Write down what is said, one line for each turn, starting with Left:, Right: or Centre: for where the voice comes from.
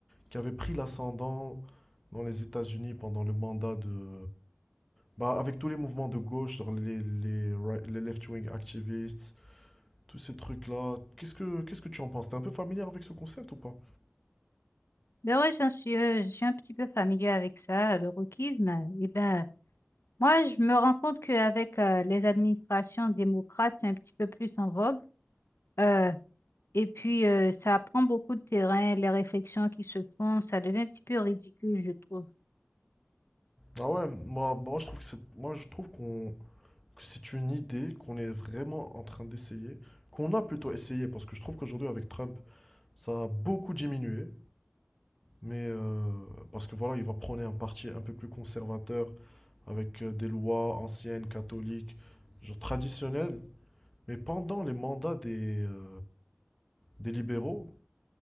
Centre: qui avait pris l'ascendant dans les États-Unis pendant le mandat de... Bah, avec tous les mouvements de gauche, genre les, les, right- les left-wing activists, tous ces trucs-là. Qu'est-ce que, qu'est-ce que tu en penses? T'es un peu familier avec ce concept ou pas?
Left: Ben ouais, j'en suis, euh, je suis un petit peu familier avec ça, le wokisme. Eh ben, moi, je me rends compte qu'avec euh, les administrations démocrates, c'est un petit peu plus en vogue. Euh, et puis, euh, ça prend beaucoup de terrain, les réflexions qui se font, ça devient un petit peu ridicule, je trouve.
Centre: Ah ouais, moi, moi je trouve que c'est, moi je trouve qu'on, que c'est une idée qu'on est vraiment en train d'essayer, qu'on a plutôt essayé, parce que je trouve qu'aujourd'hui avec Trump, ça a beaucoup diminué, mais euh, parce que voilà, il va prôner un parti un peu plus conservateur, avec euh, des lois anciennes, catholiques, genre traditionnelles, mais pendant les mandats des, euh, des libéraux,